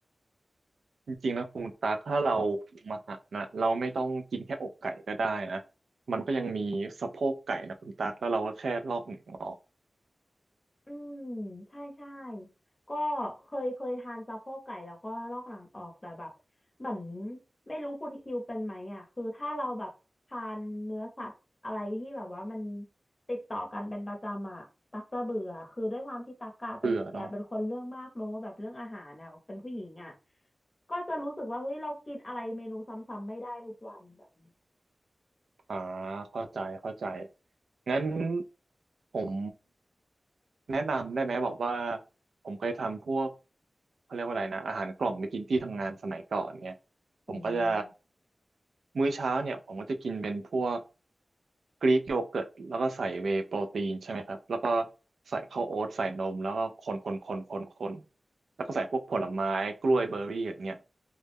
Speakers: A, on the right; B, on the left.
A: จริงๆนะคุณตั๊กถ้าเราปรุงอาหารนะเราไม่ต้องกินแค่อกไก่ก็ได้นะมันก็ยังมีสะโพกไก่นะคุณตั๊กแล้วเราก็แค่ลอกหนังออก
B: อืมใช่ใช่ก็เคยเคยทานสะโพกไก่แล้วก็ลอกหลังออกแต่แบบเหมือนไม่รู้คุณคิวเป็นไหมอ่ะคือถ้าเราแบบทานเนื้อสัตว์อะไรที่แบบว่ามันติดต่อกันเป็นประจำอ่ะตักจะเบื่อคือด้วยความที่ตักกะเป็นแอบเป็นคนเรื่องมากเนอะแบบเรื่องอาหารอ่ะเป็นผู้หญิงอ่ะ
A: เปลือกเนาะ
B: ก็จะรู้สึกว่าเฮ้ยเรากินอะไรเมนูซ้ำๆไม่ได้ทุกวันแบบเนี้ย
A: อ่าเข้าใจเข้าใจงั้นผมแนะนำได้ไหมบอกว่าผมเคยทำพวกเขาเรียกว่าอะไรนะอาหารกล่องไปกินที่ทำงานสมัยก่อนเนี่ยผมก็จะ
B: อืม
A: มื้อเช้าเนี่ยผมก็จะกินเป็นพวกกรีกโยเกิร์ตแล้วก็ใส่เวย์โปรตีนใช่ไหมครับแล้วก็ใส่ข้าวโอ๊ตใส่นมแล้วก็คนคนคนคนคนแล้วก็ใส่พวกผลไม้กล้วยเบอร์รี่อย่างเงี้ย